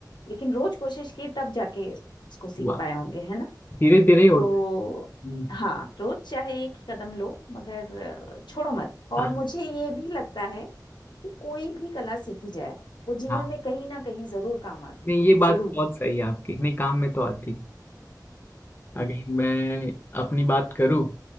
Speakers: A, on the left; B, on the left.
A: लेकिन रोज कोशिश की तब जाके उसको सीख
B: हुआ
A: पाए होंगे है ना
B: धीरे धीरे होता
A: तो
B: है हम्म,
A: हाँ रोज चाहे एक ही कदम लो मगर अ, छोड़ो मत
B: हाँ
A: और मुझे ये भी लगता है कि कोई भी कला सीखी जाए वो जीवन
B: हाँ।
A: में कहीं ना कहीं जरूर काम आती
B: नहीं ये बात
A: जरूर
B: बहुत सही है आपकी नहीं काम में तो आती अगर
A: हम्म
B: मैं अपनी बात करूँ